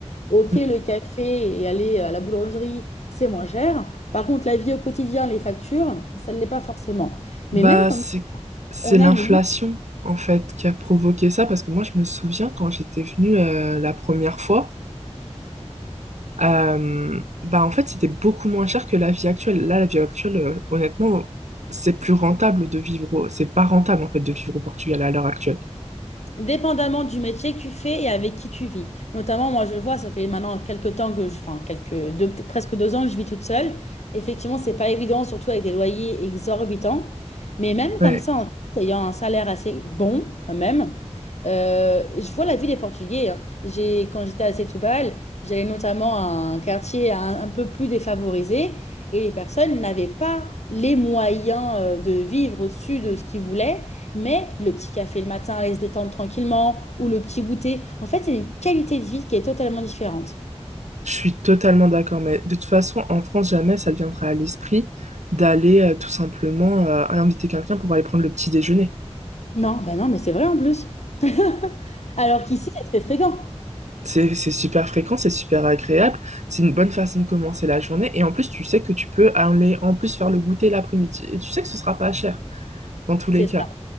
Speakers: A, on the left; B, on the right.
A: Ok,
B: Mm.
A: le café et aller à la boulangerie, c'est moins cher. Par contre, la vie au quotidien, les factures, ça ne l'est pas forcément.
B: Bah,
A: Mais même comme
B: c'est,
A: ça,
B: c'est
A: on
B: l'inflation,
A: a une...
B: en fait, qui a provoqué ça. Parce que moi, je me souviens quand j'étais venue, euh, la première fois, Euh, bah en fait, c'était beaucoup moins cher que la vie actuelle. Là, la vie actuelle, euh, honnêtement, c'est plus rentable de vivre au... C'est pas rentable, en fait, de vivre au Portugal à l'heure actuelle.
A: Dépendamment du métier que tu fais et avec qui tu vis. Notamment, moi, je le vois, ça fait maintenant quelques temps que je, enfin, quelques deux, peut-être presque deux ans que je vis toute seule. Effectivement, c'est pas évident, surtout avec des loyers exorbitants. Mais même
B: Ouais,
A: comme ça, en fait, ayant un salaire assez bon, quand même, euh, je vois la vie des Portugais. hein. J'ai, quand j'étais à Setúbal, j'allais notamment à un quartier un, un peu plus défavorisé et les personnes n'avaient pas les moyens euh, de vivre au-dessus de ce qu'ils voulaient. Mais le petit café le matin, aller se détendre tranquillement, ou le petit goûter, en fait, c'est une qualité de vie qui est totalement différente.
B: je suis totalement d'accord. Mais de toute façon, en France, jamais ça deviendra à l'esprit d'aller euh, tout simplement euh, inviter quelqu'un pour aller prendre le petit déjeuner.
A: Non, bah non, mais c'est vrai en plus. <laughs> Alors qu'ici, c'est très fréquent.
B: C'est, c'est super fréquent, c'est super agréable, c'est une bonne façon de commencer la journée. Et en plus, tu sais que tu peux aller en plus faire le goûter l'après-midi. Et tu sais que ce sera pas cher, dans tous
A: C'est
B: les cas.
A: ça.